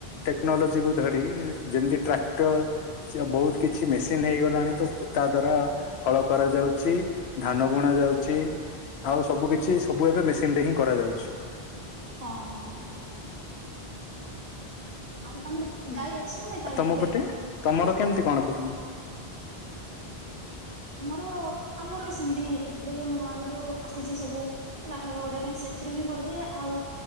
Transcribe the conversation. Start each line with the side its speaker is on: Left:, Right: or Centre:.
Left: ଟେକ୍ନୋଲୋଜି କୁ ଧରି ଯେମ୍ତି ଟ୍ରାକ୍ଟର୍ ବହୁତ୍ କିଛି ମେସିନ୍ ହେଇଗଲାଣି ତ ତା ଦ୍ଵାରା ହଳ କରାଯାଉଚି ଧାନ ବୁଣା ଯାଉଚି ଆଉ ସବୁ କିଛି ସବୁ ଏବେ ମେସିନ୍ ରେ ହିଁ କରାଯାଉଛି।
Right: ହଁ-ହଁ। ଆଉ ତମର ଗାଈ ଅଛି ନା ନାଇଁ? ତାହେଲେ
Left: ଆଉ ତମ
Right: ଏବେ
Left: ପଟେ ତମର କେମିତି କଣ କରୁଚନ୍ତି?
Right: ଆମର ଆମର ବି ସେମ୍ତି ହିଁ ଏବେ ଯୋଉ ନୂଆ ର ଯୋଉ ଆସିଚି ସବୁ ହେଲା ହଳ କରିବା ପାଇଁ ସେଥିରୁ ବି କରାଯାଏ, ଆଉ